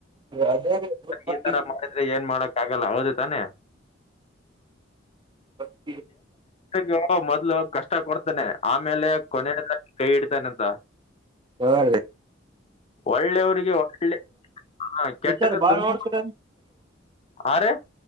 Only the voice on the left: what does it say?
ಈ ತರ ಮಾಡಿದ್ರೆ ಏನ್ ಮಾಡಕ್ ಆಗಲ್ಲ ಅವದು ತಾನೇ
ಗೂ ಮೊದ್ಲು ಕಷ್ಟ ಕೊಡ್ತಾನೆ ಆಮೇಲೆ ಕೊನ ಕೈ ಇಡ್ತಾನೆ ಅಂತ ದ
ಒಳ್ಳೆಯವರಿಗೆ ಒಳ್ಳೆ ಹ ಕೆಟ್ಟಕ್ಕೆ
ತುಂಬಾ
ಆ ರ